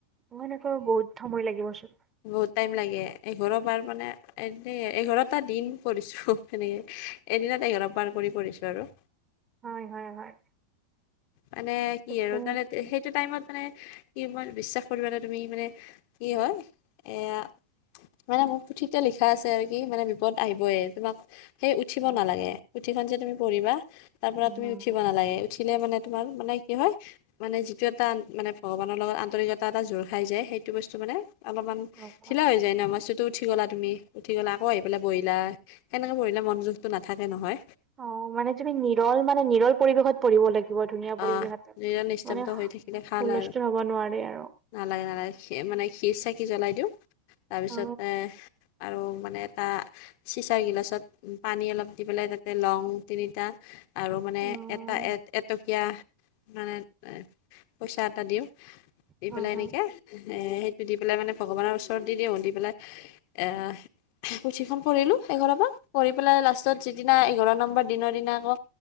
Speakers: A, on the right; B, on the left.
A: ম এনেকাৱা বহুত সময় লাগিবচোন
B: বহুত টাইম লাগে এঘাৰ বাৰ মানে এ এঘাৰটা দিন কৰিছো এনেকে এদিন অলপ বাৰ কৰি পঢ়িছো আৰু।
A: হয় হয় হয়
B: মানে কি
A: তাকে
B: আৰু তমানে সেইটো টাইমত। মানে কি মই বিশ্বাস কৰ এনে তুমি মানে কি হয় এয়া মানে মোৰ পুথিতে লিখা আছে আৰু কি মানে বিপদ আহিবই তোমাক সেই উঠিব
A: অ
B: নালাগে উঠিখন যে তুমি পঢ়িবা তাৰ পৰা
A: উম
B: তুমি
A: উম।
B: উঠিব নালাগে উঠিলে মানে তোমাৰ মানে কি হয় মানে যিটো এটা মানে ভগৱানৰ লগত আন্তৰিকতা এটা জোৰ খাই য যে সেইটো বস্তু মানে। অলপমান
A: অ
B: ঢিলা হৈ যায় ন মাছুতো উঠি গলা তুমি উঠি গলা আকৌ আহি পেলাই বহিলা। সেনেকে পঢ়িল মনযোখটো নাথাকে নহয়।
A: অ মানে তুমি নিৰল মানে নিৰল। পৰিৱেশত পৰিব লাগিব ধুনীয়া পৰিৱেশতে
B: আহ নিজৰ নিস্তব্ধ
A: মানে
B: হৈ থাকিলে ভাল
A: হুল্স্থুল
B: আৰু
A: হব নোৱাৰে আৰু
B: নালাগে নালাগে মানে খি চাকি জ্বলাই দিওঁ তাৰপিছতে
A: অ',
B: আৰু মানে এটা চিচাৰ গিলাচত পানী অলপ দি পেলাই তাতে লং তিনিটা আৰু মানে
A: অ',
B: এটা এ এটকীয়া মানে পইচা এটা দিওঁ দি
A: হয়
B: পেলাই
A: হয়
B: এনেকে এ সেইটো দি পেলাই মানে ভগৱানৰ ওচৰত দি দিওঁ দি পেলাই। আহ পুথিখন পঢ়িলো এঘাৰ পৰা পঢ়ি পেলাই লাষ্টত যিদিনা এঘাৰ নম্বৰ দিনৰ দিনা আকৌ